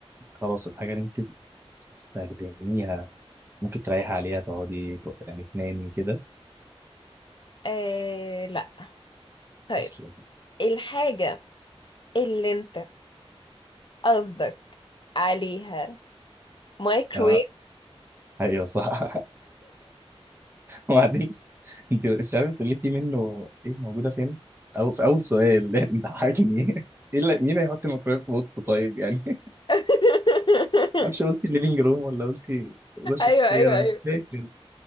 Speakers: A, on the right; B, on the left.
A: خلاص الحاجة اللي انت بتستخدميها ممكن تريحي عليها تقعدي تو- يعني تنامي كده
B: آه لا طيب
A: اصلا
B: الحاجة اللي انت قصدك عليها مايكرويف
A: اه ايوه صح <laughs> وبعدين انت مش عارفه قلتي منه ايه موجوده فين او في اول سؤال <laughs> انت حاجني ايه اللي مين هيحط الميكرويف في اوضته طيب يعني <laughs>
B: <laughs>
A: معرفش قلتي ليفينج روم ولا قلتي اوضه شخصيه
B: ايوه ايوه
A: انا
B: ايوه
A: مش فاكر